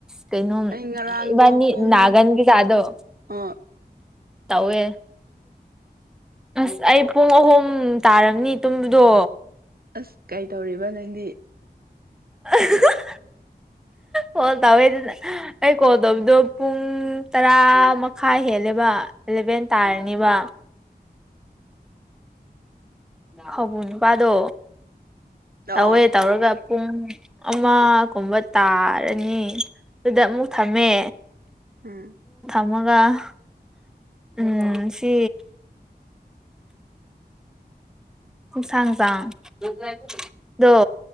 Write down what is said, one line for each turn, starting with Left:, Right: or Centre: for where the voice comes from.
Centre: ꯀꯩꯅꯣ
Right: ꯑꯩ ꯉꯔꯥꯡꯗꯣ
Centre: ꯏꯕꯥꯅꯤ
Right: ꯄꯨꯡ
Centre: ꯅꯥꯒꯥꯟꯒꯤ ꯀꯥꯗꯣ
Right: ꯑꯣ
Centre: ꯇꯋꯦ ꯑꯁ ꯑꯩ ꯄꯨꯡ ꯑꯍꯨꯝ ꯇꯥꯔꯕꯅꯤ ꯇꯨꯝꯕꯗꯣ
Right: ꯑꯁ ꯀꯩ ꯇꯧꯔꯤꯕ ꯅꯪꯗꯤ
Centre: <unintelligible> ꯀꯣꯜ ꯇꯧꯋꯦꯗꯅ ꯑꯩ ꯀꯣꯜ ꯇꯧꯕꯗꯣ ꯄꯨꯡ ꯇꯔꯥ ꯃꯈꯥꯏ ꯍꯦꯜꯂꯦꯕ ꯑꯦꯂꯚꯦꯟ ꯇꯥꯔꯅꯤꯕ ꯍꯧꯕ ꯅꯨꯄꯥꯗꯣ ꯇꯧꯋꯦ
Right: ꯑꯣ
Centre: ꯇꯧꯔꯒ ꯄꯨꯡ ꯑꯃꯒꯨꯝꯕ ꯇꯥꯔꯅꯤ ꯑꯗꯨꯗ ꯑꯃꯨꯛ ꯊꯝꯃꯦ
Right: ꯍꯥꯝ
Centre: ꯑꯃꯒ ꯎꯝ ꯁꯤ ꯁꯥꯡ ꯁꯥꯡꯗꯣ